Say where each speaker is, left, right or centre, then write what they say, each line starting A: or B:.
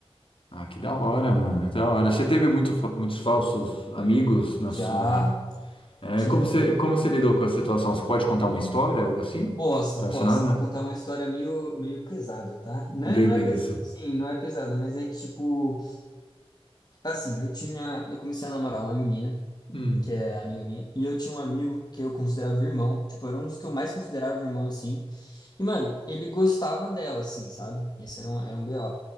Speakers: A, on the left; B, on the left.
A: Ah, que da hora, mano, que da hora. Você teve muito, fa- muitos falsos amigos na
B: Já
A: sua. É,
B: tive.
A: como você, como você lidou com a situação? Você pode contar uma história, algo assim?
B: Posso,
A: Relacionada?
B: posso. Vou contar uma história meio, meio pesada, tá?
A: Beleza.
B: Não é, não é pesada, assim, não é pesada, mas é que, tipo, assim, eu tinha, eu comecei a namorar uma menina,
A: Hum,
B: que é amiga minha, e eu tinha um amigo que eu considerava irmão, tipo, era um dos que eu mais considerava irmão, assim, E, mano, ele gostava dela, assim, sabe? Esse era um, era um BO.